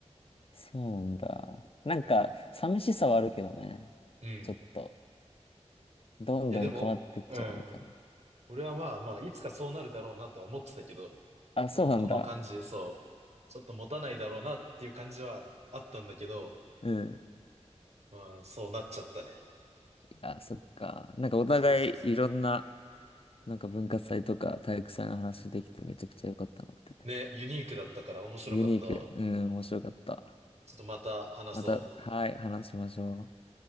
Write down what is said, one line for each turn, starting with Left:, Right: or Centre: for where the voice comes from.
Left: そうなんだ。なんか、
Right: うん。
Left: 寂しさはあるけどね。
Right: うん。
Left: ちょっと、どんどん変わってっちゃうみたいな。
Right: いやでも、うん。俺はまあまあ、いつかそうなるだろうなとは思ってたけど、
Left: あ、そうなんだ。
Right: なんかこの感じ、そう。ちょっと持たないだろうなっていう感じはあったんだけど、
Left: うん。
Right: まあそうなっちゃったね。
Left: あ、そっか。なんかお互いいろんな
Right: そうそうそう。
Left: なんか文化祭とか体育祭の話できてめちゃくちゃ良かったなって。
Right: ね、ユニークだったから面白かったわ。
Left: ユニーク。うん、面白かった。
Right: ちょっとまた話そう。
Left: また、はい、話しましょう。